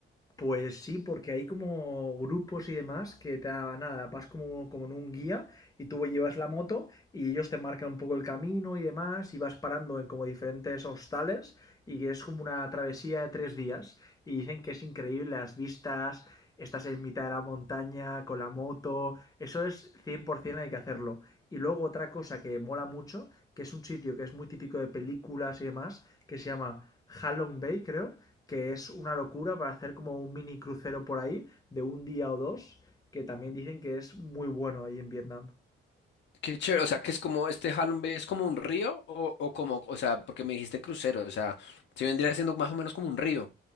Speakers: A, on the left (about 20°); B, on the left (about 65°).
A: Pues sí, porque hay como grupos y demás que te da- nada, vas como, como en un guía y tú llevas la moto y ellos te marcan un poco el camino y demás y vas parando en como diferentes hostales y es como una travesía de tres días y dicen que es increíble las vistas, estás en mitad de la montaña con la moto, eso es 100% hay que hacerlo. Y luego otra cosa que mola mucho, que es un sitio que es muy típico de películas y demás, que se llama Halong Bay, creo, que es una locura para hacer como un mini crucero por ahí de un día o dos, que también dicen que es muy bueno ahí en Vietnam.
B: Qué chévere, o sea, que es como este Halong Bay es como un río o, o como, o sea, porque me dijiste crucero, o sea, se vendría siendo más o menos como un río.